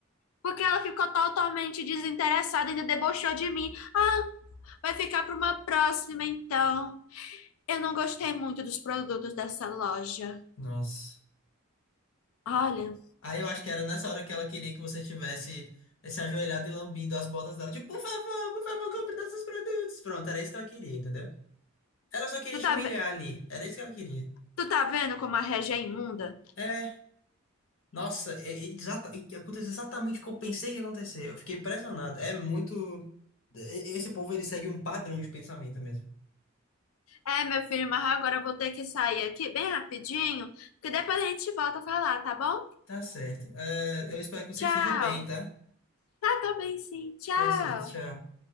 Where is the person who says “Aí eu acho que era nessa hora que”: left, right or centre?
Left